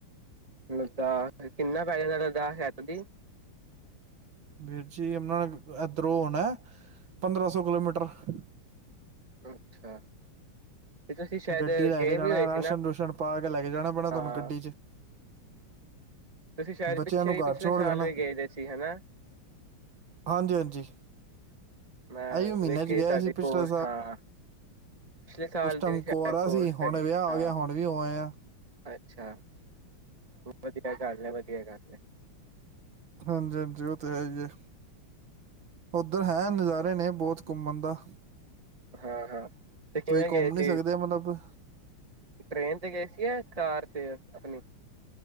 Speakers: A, on the right (about 15°); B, on the right (about 65°).
A: ਲੱਦਾਖ ਕਿੰਨਾ ਪੈਜਨਾ ਲੱਦਾਖ ਹੈ ਤਦੀ
B: ਵੀਰ ਜੀ ਯਮਨਾ ਏਧਰੋਂ ਹੋਣਾ ਪੰਦਰਾਂ ਸੌ ਕਿਲੋਮੀਟਰ ਹਹ
A: ਅੱਛਾ। ਤੇ ਤੁਸੀਂ ਸ਼ਾਇਦ
B: ਗੱਡੀ ਲੈ
A: ਗਏ
B: ਕੇ ਜਾਣਾ।
A: ਵੀ ਹੋਏ
B: ਰਾਸ਼ਨ,
A: ਸੀ ਨਾ
B: -ਰੂਸ਼ਨ ਪਾ ਕੇ ਲੈ ਕੇ ਜਾਣਾ ਪੈਣਾ ਤੁਹਾਨੂੰ
A: ਹਾਂ
B: ਗੱਡੀ ਚ
A: ਤੁਸੀਂ ਸ਼ਾਇਦ
B: ਬੱਚਿਆਂ
A: ਪਿੱਛੇ
B: ਨੂੰ
A: ਹੀ
B: ਘਰ
A: ਪਿਛਲੇ
B: ਛੋੜ
A: ਸਾਲ
B: ਜਾਣਾ
A: ਵੀ ਗਏਦੇ ਸੀ ਹਨਾ।
B: ਹਾਂਜੀ ਹਾਂਜੀ
A: ਮੈਂ
B: ਆਈਓ ਮਹੀਨੇ
A: ਵੇਖੇ
B: 'ਚ ਗਿਆ
A: ਸੀ। ਤੁਹਾਡੇ
B: ਪਿਛਲੇ
A: ਕੋਲ ਹਾਂ ਪਿਛਲੇ ਸਾਲ ਦੀ
B: ਹੁਣ
A: ਵੀ ਸ਼ਾਇਦ
B: ਕੁਆਰਾ
A: ਪੋਸਟ
B: ਸੀ। ਹੁਣ
A: ਹੈਗੀ
B: ਵਿਆਹ
A: ਸੀ ਹਾਂ
B: ਹੋ ਗਿਆ। ਹੁਣ ਵੀ ਹੋਆ ਏ ਆ।
A: ਅੱਛਾ। ਵਧੀਆ ਘਰ ਨੇ ਬੇ ਕਿ ਹੈ ਗਾ ਹਾ ਮੇ
B: ਹਾਂਜੀ, ਹਾਂਜੀ ਉਹ ਤੇ ਹੈ ਹੀ ਹੈ, ਉੱਧਰ ਹੈ ਨਜ਼ਾਰੇ ਨੇ ਬਹੁਤ ਘੁੰਮਣ ਦਾ।
A: ਹਾਂ ਹਾਂ ਤੇ ਕਿਵੇਂ
B: ਤੁਸੀਂ ਘੁੰਮ
A: ਗਏ
B: ਨਹੀਂ
A: ਸੀ,
B: ਸਕਦੇ ਮਤਲਬ
A: ਟਰੇਨ ਤੇ ਗਏ ਸੀ ਜਾਂ ਕਾਰ ਤੇ? ਅਣੀ।